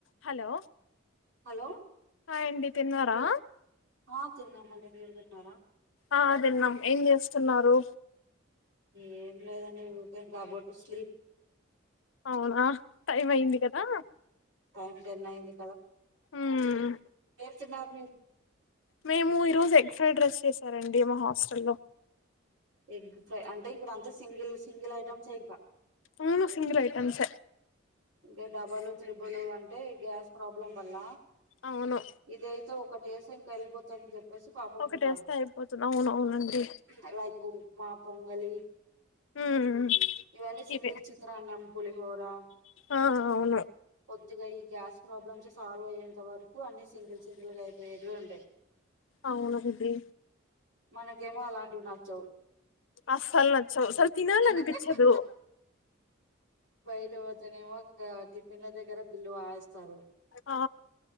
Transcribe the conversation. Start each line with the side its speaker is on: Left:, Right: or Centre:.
Left: Hello
Right: hello
Left: హాయండి తిన్నారా
Right: ఆ తిన్నామండి మీరు దిన్నారా
Left: ఆ తిన్నం ఏంజేస్తున్నారు
Right: ఏం లేదండి ఊకే కాబోట్టి స్లీప్
Left: అవునా టైం ఐంది కదా
Right: టైం టెన్ అయింది
Left: హుమ్
Right: చిన్
Left: మేము ఈ రోజు ఎగ్ ఫ్రైడ్ రైస్ చేస్ రండి మా హాస్టల్లో
Right: ఎగ్ ఫ్రై అంటే ఇప్పుడు అంత సింగిల్ సింగిల్ ఐటమ్సె ఇంక
Left: అవును సింగిల్ ఐటమ్సే
Right: ఇంక డబల్ త్రిబుల్ అంటె గ్యాస్ ప్రాబ్లమ్ వల్ల
Left: అవును
Right: ఇదయితే ఓ ఒకటెసానికి ఏళ్ళపోతంది చెప్ప బసు కాబ
Left: ఒకటేస్తే
Right: ముకా
Left: అయిపోతుంది అవును అవునండి
Right: ఐ లైక్ బుక్ మా పొంగలీ
Left: మ్మ్
Right: ఇవన్నీ సింగిల్
Left: ఇవే
Right: చిత్రానం పులిహోరా
Left: ఆ అవును
Right: ద్దిగా ఈ గ్యాస్ ప్రాబ్లమ్స్ సాల్వ్ అయ్య ఇంత వరకు అన్ని సింగిల్ సింగిల్గాయిపోయేటివే ఉంటయి
Left: అవును ఇది
Right: మనకేమో అలాంటివి నచ్చవ్
Left: అసల్ నచ్చవ్ అసలు తినాలనిపిచ్చదు
Right: నచ్చవు బయట పోతనేమే గా టిఫిన్ ల దగ్గర బిల్లు వాయిస్తారు
Left: ఆ